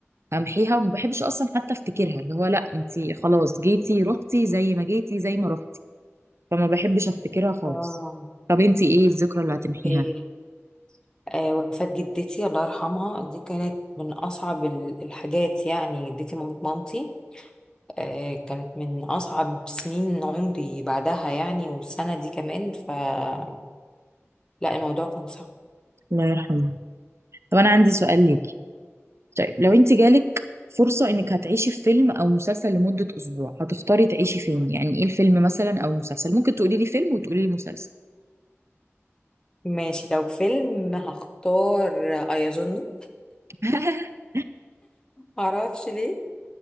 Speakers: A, on the right; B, on the left.
A: همحيها وما بحبش أصلا حتى أفتكرها اللي هو لأ أنتي خلاص جيتي رحتي زي ما جيتي زي ما رحتي فما بحبش أفتكرها خالص
B: اه
A: طب أنتي إيه الذكرى اللي هتمحيها
B: اوكي آه، وفاة جدتي الله يرحمها دي كانت من أصعب ال- الحاجات يعني جدتي مامة مامتي آه، كانت من أصعب سنين عمري بعدها يعني والسنة دي كمان فلا الموضوع كان صعب
A: الله يرحمه طب أنا عندي سؤال ليك طيب لو انت جالك فرصة انك هتعيشي في فيلم او مسلسل لمدة اسبوع هتختاري تعيشي فين يعني ايه الفيلم مثلا او المسلسل ممكن تقولي لي فيلم وتقولي لي مسلسل
B: ماشي لو فيلم هختار أيظنه
A: <laughs>
B: معرفش ليه